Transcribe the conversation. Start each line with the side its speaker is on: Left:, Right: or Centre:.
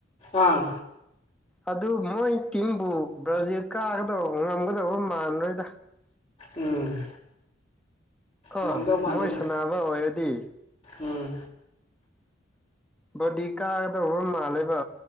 Left: ꯑ
Centre: ꯑꯗꯨ ꯃꯣꯏ ꯇꯤꯝꯕꯨ ꯕ꯭ꯔꯥꯖꯤꯜ ꯀꯥꯒꯗꯧꯕ ꯉꯝꯒꯗꯧꯕ ꯃꯥꯟꯔꯣꯏꯗ
Left: ꯎꯝ
Centre: ꯀꯣ
Left: ꯉꯝꯗꯧ ꯃꯥꯟꯗꯦꯗ
Centre: ꯃꯣꯏ ꯁꯥꯟꯅꯕ ꯑꯣꯏꯔꯗꯤ
Left: ꯎꯝ
Centre: ꯕꯗꯤ ꯀꯥꯒꯗ ꯎ ꯃꯥꯥꯡꯂꯦꯕ